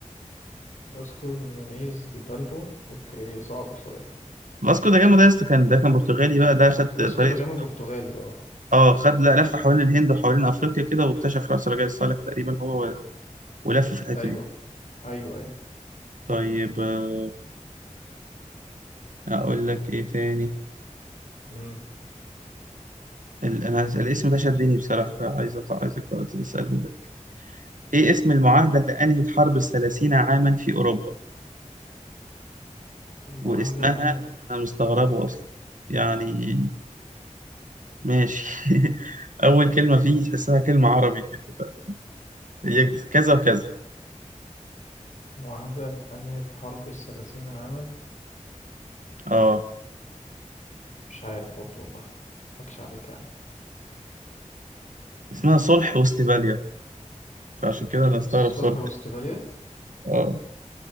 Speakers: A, on the left; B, on the right.
A: فاسكو نونيز دي بالبو اوكي صعبة شوية
B: فاسكو ده جاما ده يا اسطى كان ده كان برتغالي بقى ده خد
A: فاسكو
B: طريق
A: دا جاما برتغالي اه
B: اه خد لا لف حوالين الهند وحوالين افريقيا كده واكتشف راس رجاء الصالح تقريبا هو و- ولف في الحته
A: ايوه
B: دي
A: ايوه ايوه
B: طيب آه، اقول لك ايه تاني
A: مم.
B: ال- انا الاسم ده شدني بصراحه فعايز أط- عايزك تق- تساله ده ايه اسم المعاهده
A: ايه
B: اللي انهت حرب الثلاثين عاما في اوروبا
A: معاهدة
B: واسمها
A: انهت
B: انا مستغربه اصلا يعني ماشي <laughs> اول كلمه فيه تحسها كلمه عربي كده ف... هي كذا وكذا
A: معاهدة انهت حرب الثلاثين عاما
B: اه
A: مش عارف برضو والله ما اضحكش عليك يعني
B: اسمها صلح وستفاليا فعشان كده انا استغرب
A: صلح
B: صلح
A: واستفالية
B: اه